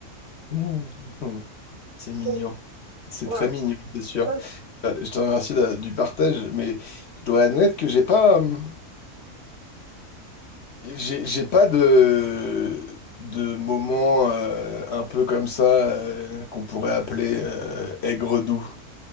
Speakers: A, on the left (about 55°); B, on the right (about 80°).
A: Mhm. C'est mignon.
B: Donc,
A: C'est
B: voilà.
A: très mignon, c'est sûr.
B: Ça, c'est-
A: Euh, Je te remercie de- du partage, mais je dois admettre que j'ai pas. euh, J'ai j'ai pas de, de moment euh, un peu comme ça euh, qu'on pourrait appeler euh, aigre-doux.